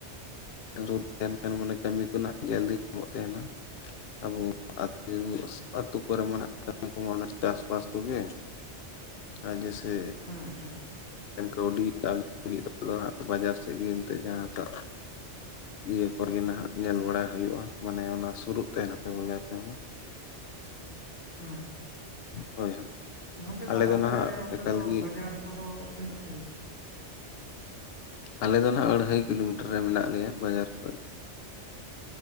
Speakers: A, on the left (about 65°); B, on the left (about 80°).
A: ᱫᱚᱼᱼ <inaudible> ᱢᱟᱱᱮ ᱠᱟᱹᱢᱤ ᱠᱚᱨᱮᱱᱟᱜ <inaudible> ᱜᱮᱞ ᱫᱤᱱ ᱧᱟᱢᱚᱜ ᱛᱟᱦᱮᱱᱟ ᱟᱵᱚᱛ ᱟᱹᱛᱩ ᱠᱚᱨᱮ ᱢᱟᱱᱟᱦ ᱠᱟᱹᱢᱤ ᱠᱚᱢᱟ ᱚᱱᱟ ᱪᱟᱥᱵᱟᱥ ᱠᱚᱜᱮ᱾ ᱟᱨ ᱡᱮᱥᱮᱼᱼ
B: ᱦᱩᱸ ᱦᱩᱸ
A: ᱠᱟᱹᱣᱰᱤ <inaudible> ᱵᱟᱡᱟᱨ ᱥᱮᱫ ᱜᱮ ᱮᱱᱛᱮ ᱡᱟᱦᱟᱸᱴᱟᱼᱼ ᱤᱭᱟᱹ ᱠᱚᱨᱮᱜᱮ ᱱᱟᱦᱟᱜ ᱧᱮᱞ ᱵᱟᱲᱟᱭ ᱦᱩᱭᱩᱜᱼᱟ ᱢᱟᱱᱮ ᱚᱱᱟ ᱥᱩᱨᱩᱜ ᱛᱟᱦᱮᱱᱟᱯᱮ ᱵᱚᱞᱮ ᱟᱯᱮ ᱦᱚᱸ᱾
B: ᱦᱩᱸ᱾
A: ᱦᱳᱭ, ᱦᱳᱭ᱾
B: ᱜᱚᱝᱠᱮ
A: ᱟᱞᱮ
B: ᱛᱟᱦᱚᱞᱮ
A: ᱫᱚ
B: ᱟᱯᱮ,
A: ᱱᱟᱦᱟᱜ
B: ᱚᱱᱛᱮ
A: ᱮᱠᱟᱞ
B: ᱫᱚ
A: ᱜᱮ
B: ᱵᱟᱡᱟᱨ ᱠᱚᱫᱚ ᱛᱤᱱᱟᱹᱜ ᱥᱟᱺᱜᱤᱧᱟ?
A: ᱟᱞᱮ ᱫᱚ ᱱᱟᱦᱟᱜ ᱟᱹᱲᱦᱟᱹᱭ ᱠᱤᱞᱳᱢᱤᱴᱟᱨ ᱨᱮ ᱢᱮᱱᱟᱜ ᱞᱮᱭᱟ ᱵᱟᱡᱟᱨ ᱠᱷᱚᱱ᱾